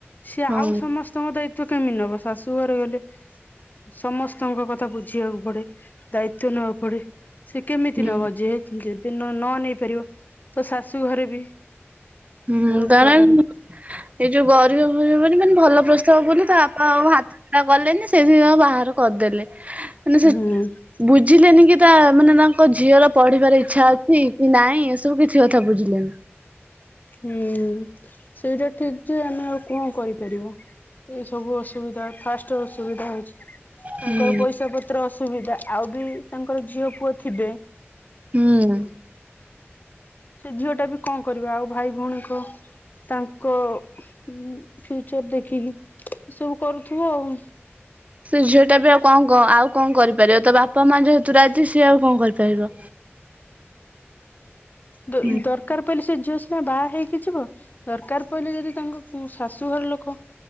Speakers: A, on the left (about 40°); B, on the right (about 30°).
A: ସେ
B: ହଁ।
A: ଆଉ ସମସ୍ତ ସମସ୍ତଙ୍କ ଦାୟିତ୍ବ କେମିତି ନବ ଶାଶୁ ଘରେ ଗଲେ ସମସ୍ତଙ୍କ କଥା ବୁଝିବାକୁ ପଡେ। ତ୍ବ ନବାକୁ ପଡେ ସେ କେମିତି
B: ହୁଁ
A: ନବ ଯେହେ ଯେ ଦି ନ ନେଇ ପାରିବ ତା ଶାଶୁ ଘରେ ବି
B: ହୁଁ
A: ବହୁତ
B: ଦାର
A: ପ୍ରକାର
B: ଏଇ ଯୋଉ ଗରିବ ଗୁରିବ ବୋଲି ମାନେ ଭଲ ପ୍ରସ୍ତାବ ବୋଲି ତା ବାପା ଆଉ ହାତ ଛଡା କଲେନି ସେଇଥି ବାହାଘର କରିଦେଲେ ମାନେ ସେ
A: ହୁଁ
B: ବୁଝିଲେନି କି ତା ମାନେ ତାଙ୍କ ଝିଅର ପଢିବାର ଇଚ୍ଛା ଅଛି କି ନାଇଁ ଏସବୁ କିଛି କଥା ବୁଝିଲେନି।
A: ହୁଁ ସେଇଟା ଠିକ ଯେ ଆମେ ଆଉ କଣ କରିପାରିବା। ଏ ସବୁ ଅସୁବିଧା ଫାଷ୍ଟ ରୁ ଅସୁବିଧା ହଉଚି। ତାଙ୍କର
B: ହୁଁ
A: ପଇସା ପତ୍ର ଅସୁବିଧା ଆଉ ବି ତାଙ୍କର ଝିଅ ପୁଅ ଥିବେ।
B: ହୁଁ।
A: ସେ ଝିଅ ଟା ବି କଣ କରିବ ଆଉ ଭାଇ ଭଉଣୀଙ୍କ ତାଙ୍କ ଉଁ ଫ୍ୟୁଚର ଦେଖିକି ଏ ସବୁ କରୁଥିବ ଆଉ।
B: ସେ ଝିଅ ଟା ବି ଆଉ କଣ କ ଆଉ କଣ କରିପାରିବ ତା ବାପା ମା ଯେହେତୁ ରାଜି ସିଏ ଆଉ କଣ କରିପାରିବ।
A: ଦ ଦର
B: ହୁଁ
A: ଦରକାର ପଇଲେ ସେ ଝିଅ ସିନା ବାହା ହେଇକି ଯିବ ଦରକାର ପଇଲେ ଯଦି ତାଙ୍କ ଶାଶୁଘର ଲୋକ